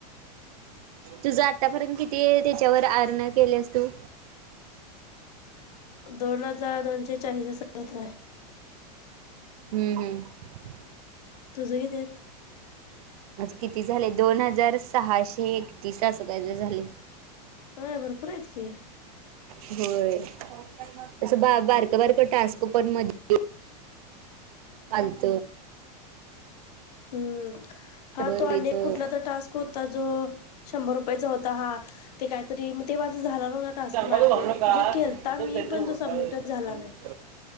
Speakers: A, on the right; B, on the left.
A: तुझ आतापर्यंत किती त्याच्यावर एअरर्न केल्यास तू
B: दोन हजार दोनशे चाळीस असा काय तर आहे
A: हम्म हम्म
B: तुझं किती हयात
A: माझं किती झाले दोन हजार सहाशे एकतीस असं काय तर झालं
B: हा भरपूर ह्यात की
A: होय असं बा बारकं बारकं टास्क पण मध्ये आल्त
B: हम्म हा
A: रुपयेच
B: तो अनेक कुठला तर टास्क होता जो शंभर रुपयाचा होता हा ते काहीतरी झाला नवता टास्क
A: सांगायला
B: माझ्याकडून
A: लागलो
B: म्हणजे
A: का
B: केलंता
A: कुठेच
B: मी
A: काहीतरी
B: पण
A: उरकायला
B: तो सबमिटच
A: येत
B: झाला
A: फोन
B: नाही
A: बिन